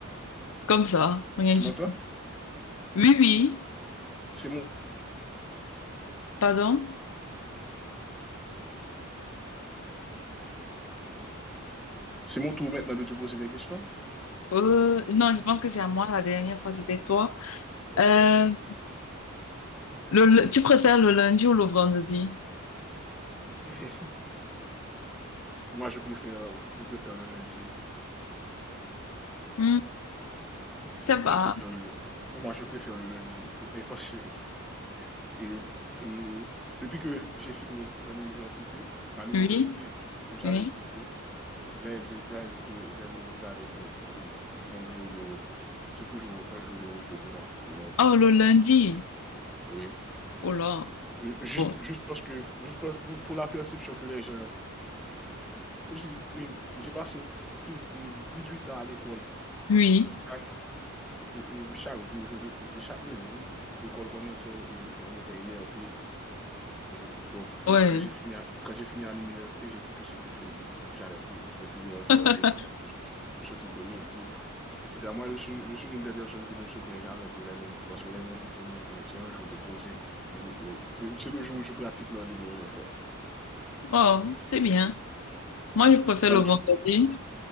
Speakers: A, on the left; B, in the centre.
A: comme ça, rien
B: Tu
A: du
B: m'entends?
A: tout. Oui, oui,
B: C'est mon,
A: pardon.
B: c'est mon tour maintenant de te poser des questions.
A: Euh, non, je pense que c'est à moi la dernière fois, c'était toi.
B: Ok.
A: Euh, le, le- tu préfères le lundi ou le vendredi?
B: <laughs> Moi, je préfère, je préfère le lundi.
A: Hmm, ça va.
B: Je préfère le moi, je préfère le lundi et parce que et et depuis que j'ai fini dans l'université à l'université,
A: Oui,
B: j'avais
A: oui.
B: dit que j'avais dit j'avais dit que les lundis allaient être mes mon mon jour de repos. C'est toujours un jour de repos pour moi, le lundi.
A: Oh, le lundi.
B: Oui.
A: Oh là.
B: Ju juste
A: Bon.
B: juste parce que juste parce que pour pour la perception que les gens comme si, hem, j'ai passé tout 18 ans à l'école.
A: Oui.
B: Chaque et et chaque jour, je et chaque lundi, l'école commençait et on était énervé Et donc,
A: Ouais.
B: quand j'ai fini à, quand j'ai fini à l'université, j'ai dit que c'était fini. Je- J'allais plus être énervé
A: <laughs>
B: pour cette- tout, tout ce truc de lundi, etc. Moi, je suis, je suis l'une des personnes qui ne se plaint jamais pour les lundis parce que les lundis, c'est un jour, c'est un jour de poser. de me- C'est c'est le jour où je pratique l'art de ne rien faire.
A: Oh, c'est bien. Moi, je préfère
B: Moi,
A: le
B: je
A: vendredi.
B: suis- prêt